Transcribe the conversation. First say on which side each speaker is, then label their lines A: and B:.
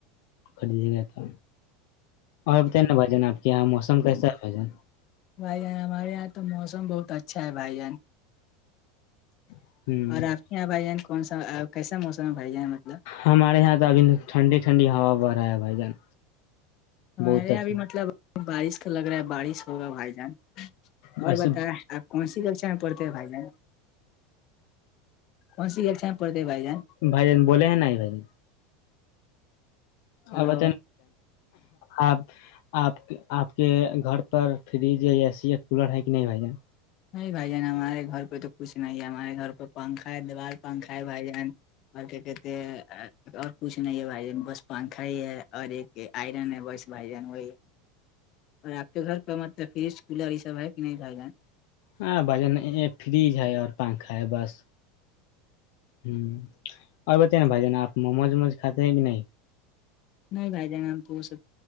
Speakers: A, on the left; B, on the left.
A: خرییے گئے تھا اور بتائی نا بھجان آپ کے یہاں موسم کیسا ہے بھجان
B: بھائی جان ہمارے یہاں تو موسم بہت اچھا ہے بھائی جان
A: جان
B: اور
A: ہ
B: آپ کے یہاں بھائی جان کون سا کیسا موسم بھائی جان مطلب
A: ہمارے یہاں تو ابھی ٹھنڈی ٹھنڈی ہوا بڑ رہا ہے بھائی جان
B: ہمارے
A: بہت
B: یہاںب
A: اچھا
B: بھی مطلب بارش کا لگ رہا ہے بارش ہوگا بھائی جان اور
A: بس
B: بتیں آپ کون سی کبچا میں پڑھتے ہیں بھائی جان کون سی گچا پڑتے ہے بھائی جان
A: بھائی ج بولے ہیں نہیں بائی
B: ہلو
A: اور بت آپ آپ آپ کے گھر پر فریج اے سی یا کولر ہے کہ نہیں بھائی جان
B: نہیں بھائی جان ہمارے گھر پہ تو کچھ نہیں ہے ہمارے گھر پہ پنکھا ہے دیوار پنکھا ہے بھائی جان اور کیا کہتے اور کچھ نہیں ہے بھائی ج بس پنکھا ہی ہے اور ایک آئرن ہے بس بھ جان وہ اور آپ کے گھر پہ مطلب فریج کولر یہ سب ہے کہ نہیں ب گا
A: ہاں بجن یہ فریج ہے اور پنکھا ہے بس ہ اور بت نا بھائی جانا آپ م موج مج کھاتے ہیں کہ نہیں
B: نہیں بھائی جان ہم تو وہ سب